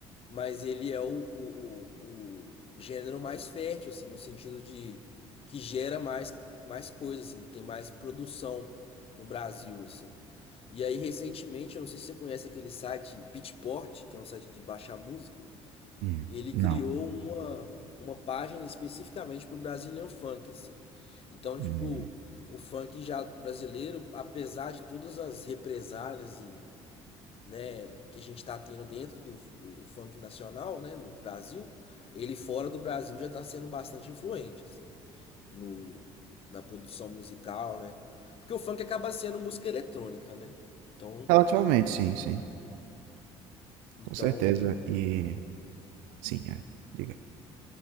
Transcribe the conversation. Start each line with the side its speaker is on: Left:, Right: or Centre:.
Left: mas ele é o, o, o, o gênero mais fértil, assim, no sentido de que gera mais, mais coisa, assim, que tem mais produção no Brasil, assim. E aí, recentemente, eu não sei se você conhece aquele site Beatport, que é um site de baixar música,
Right: Hum.
Left: ele
Right: Não.
Left: criou uma, uma página especificamente pro Brazilian Funk, assim. Então,
Right: Hum.
Left: tipo, o funk já brasileiro, apesar de todas as represálias e né, que a gente está tendo dentro do, do funk nacional, né, no Brasil, ele fora do Brasil já está sendo bastante influente, assim, no, na produção musical, né? Porque o funk acaba sendo música eletrônica, né? Então,
Right: Relativamente, sim, sim.
Left: então
Right: Com certeza.
Left: ele, ele...
Right: E sim, é. Diga.